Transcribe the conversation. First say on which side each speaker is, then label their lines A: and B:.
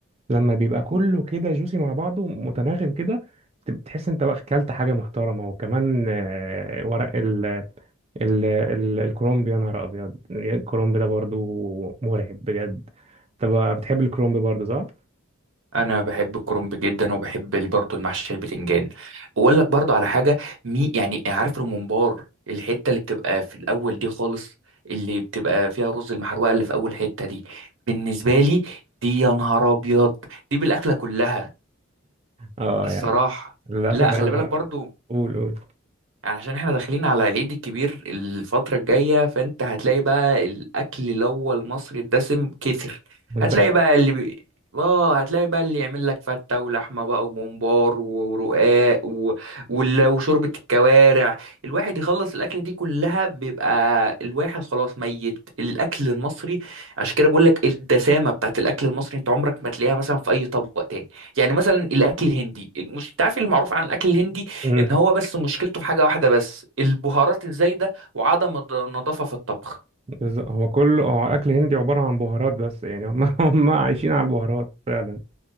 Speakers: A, on the right; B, on the right.
A: لما بيبقى كله كده جوسي مع بعضه متناغم كده بت- بتحس انت بقى اكلت حاجه محترمه وكمان آه، ورق ال ال ال الكرومب يا نهار ابيض الكرومب ده برضو مرعب بجد طب بتحب الكرومب برضو صح؟
B: انا بحب الكرنب جدا وبحب ال- برضه المحشي البتنجان واقول لك برضه على حاجه مي يعني عارف الممبار الحته اللي بتبقى في الاول دي خالص اللي بتبقى فيها رز المحروقه اللي في اول حته دي بالنسبه لي دي يا نهار ابيض دي بالاكله كلها
A: اه
B: الصراحه
A: يعني للأسف
B: لا خلي
A: أنا ما
B: بالك برضه
A: قول قول
B: يعني عشان احنا داخلين على العيد الكبير الفترة الجاية فانت هتلاقي بقى الأكل اللي هو المصري الدسم كتر
A: منتشر
B: هتلاقي بقى اللي بي... اه هتلاقي بقى اللي يعمل لك فتة ولحمة بقى وممبار ورقاق و... وال- وشوربة الكوارع الواحد يخلص الأكلة دي كلها بيبقى الواحد خلاص ميت الأكل المصري عشان كده بقول لك الدسامة بتاعت الأكل المصري انت عمرك ما تلاقيها مثلا في أي طبق تاني يعني مثلا الأكل الهندي مش انت عارف المعروف عن الأكل الهندي
A: امم
B: ان هو بس مشكلته في حاجه واحده بس البهارات الزايده وعدم الض- النظافه في الطبخ
A: بالظبط. هو كله هو أكل هندي عبارة عن بهارات بس يعني هم <laughs> هم عايشين على البهارات فعلا